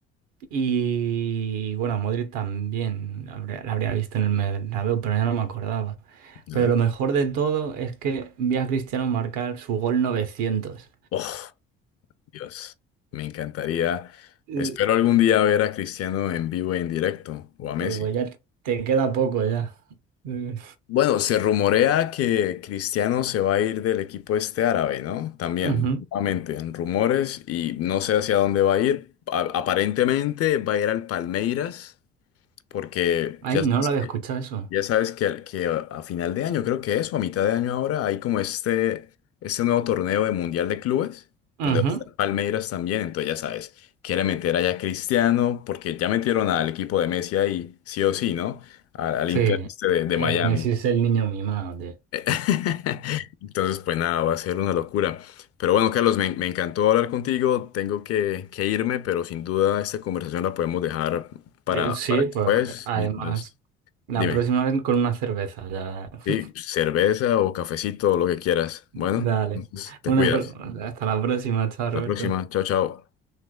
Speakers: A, on the right (about 75°); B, on the left (about 50°).
A: Y bueno, a Modric también la habría, la habría visto en el Bernabéu, pero ya no me acordaba.
B: ¿no?
A: Pero lo mejor de todo es que vi a Cristiano marcar su gol novecientos.
B: Oh, Dios, me encantaría.
A: Eh,
B: Espero algún día ver a Cristiano en vivo y en directo o a
A: Uy,
B: Messi.
A: pues ya te queda poco ya. Eh,
B: Bueno, se rumorea que Cristiano se va a ir del equipo este árabe, ¿no? También,
A: ujú.
B: nuevamente, en rumores y no sé hacia dónde va a ir. A- aparentemente va a ir al Palmeiras. Porque
A: Ay,
B: ya
A: no
B: sabes
A: lo había
B: que,
A: escuchado eso.
B: ya sabes que, al- que a, a final de año, creo que es, o a mitad de año ahora, hay como este, este nuevo torneo de Mundial de Clubes,
A: Ujú.
B: donde va a estar Palmeiras también, entonces ya sabes, quiere meter allá a Cristiano, porque ya metieron al equipo de Messi ahí, sí o sí, ¿no? Al, al
A: Sí,
B: Inter este de, de
A: Eh,
B: Miami.
A: Messi es el niño mimado, tío.
B: <laughs> Entonces, pues nada, va a ser una locura. Pero bueno, Carlos, me, me encantó hablar contigo, tengo que, que irme, pero sin duda esta conversación la podemos dejar para,
A: Eh, sí,
B: para después,
A: pues además.
B: mientras...
A: La
B: Dime,
A: próxima vez con una cerveza, ya. <laughs>
B: sí, cerveza o cafecito, lo que quieras.
A: Dale.
B: Bueno, entonces te
A: Una,
B: cuidas.
A: pro- hasta la próxima, chao, Roberto.
B: La próxima, chao, chao.